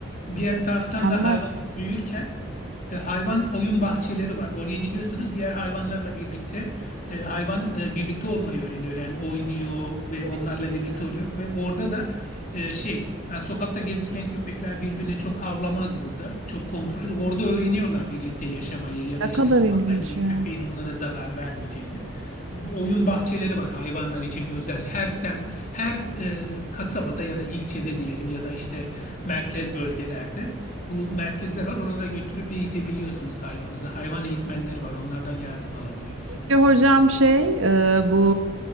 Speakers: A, on the left; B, on the right.
A: Diğer taraftan
B: Mükemmel.
A: da hayvan büyürken e, hayvan oyun bahçeleri var. Oraya gidiyorsunuz diğer hayvanlarla birlikte e, hayvan e, birlikte olmayı öğreniyor. Yani oynuyor
B: Aa,
A: ve
B: kreş
A: onlarla
B: gibi.
A: birlikte oluyor ve orada da e, şey yani sokakta gezirken köpekler birbirine çok havlamaz burada. Çok kontrol. Orada öğreniyorlar birlikte yaşamayı ya
B: Ne
A: da işte
B: kadar
A: sokaktan
B: ilginç
A: giren
B: ya.
A: köpeğin onlara zarar vermeyeceğini. Bu oyun bahçeleri var hayvanlar için özel. Her sem, her e, kasabada ya da ilçede diyelim ya da işte merkez bölgelerde bu merkezler var. Oralara götürüp eğitebiliyorsunuz hayvanınızı. Hayvan eğitmenleri var. Onlardan yardım alabiliyorsunuz.
B: Peki hocam şey e, bu